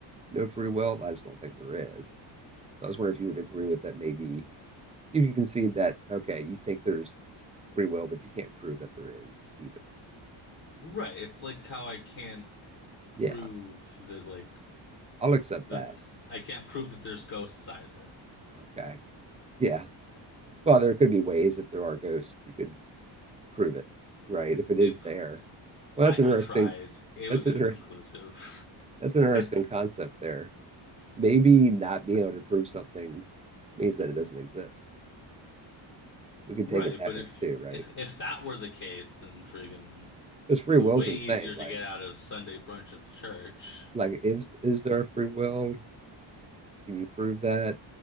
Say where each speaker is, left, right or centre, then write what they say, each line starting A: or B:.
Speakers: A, on the right (about 15°); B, on the left (about 50°).
A: no free will. I just don't think there is. So I was wondering if you would agree with that. Maybe you can concede that, okay, you think there's free will, but you can't prove that there is either.
B: Right. It's like how I can't
A: Yeah,
B: prove that like
A: I'll accept
B: the
A: that.
B: I can't prove that there's ghosts either.
A: Okay. Yeah. Well, there could be ways if there are ghosts, you could prove it, right? If it
B: Peep,
A: is there. Well,
B: I
A: that's
B: have
A: interesting.
B: tried. It
A: That's
B: was
A: an
B: inconclusive.
A: interesting. That's an interesting
B: <laughs>
A: concept there. Maybe not being able to prove something means that it doesn't exist. We can
B: Right,
A: take it that
B: but
A: way
B: if
A: too, right?
B: if if that were the case, then friggin'
A: Because free
B: be
A: will's
B: way
A: a
B: easier
A: thing. Like,
B: to get out of Sunday brunch at the church.
A: like is is there a free will? Can you prove that?